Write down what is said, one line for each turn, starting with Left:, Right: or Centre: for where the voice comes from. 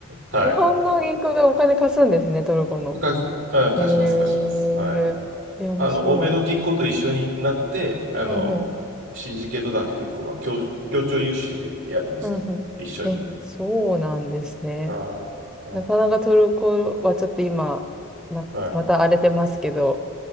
Right: はい。
Centre: 日本の銀行がお金貸すんですね、トルコの。
Right: か、うん、貸します、
Centre: へえ、
Right: 貸します。はい。
Centre: え、面白い。
Right: あの、欧米の銀行と一緒になって、あの、
Centre: うんうん。
Right: シンジケート団っていう、こう、まあ、協、協調融資でやりますね。
Centre: うんうん。
Right: 一緒に。
Centre: え、そうなんですね。
Right: はい。はい。
Centre: なかなかトルコはちょっと今、な、
Right: はい。
Centre: また荒れてますけど、